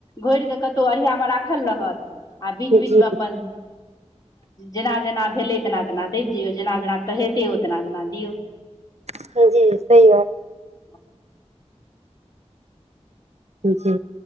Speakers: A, on the left; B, on the right.
A: घोर कऽ कतहु अढ़ियामे राखल रहत आ बीच
B: जी
A: बीच मे अपन जेना जेना भेलै तेना तेना देब जइयौ जेना जेना तटहेते ओ तना तेना दियौ
B: जी जी सही
A: <inaudible>
B: जी